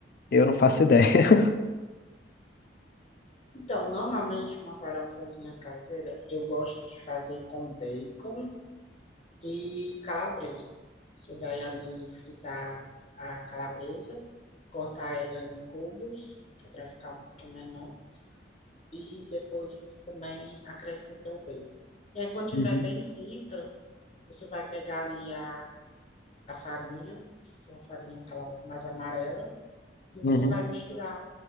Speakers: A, on the left (about 50°); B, on the left (about 35°).
A: eu não faço ideia. <laughs>
B: Então, normalmente uma farofazinha caseira eu gosto de fazer com bacon e calabresa. Você vai ali fritar a calabresa, cortar ela em cubos, que é para ficar um pouquinho menor, e depois você também acrescenta o bacon. E aí, quando tiver
A: Uhum,
B: bem frita, você vai pegar ali a, a farinha, que é a farinha aquela mais amarela, e você
A: uhum.
B: vai misturar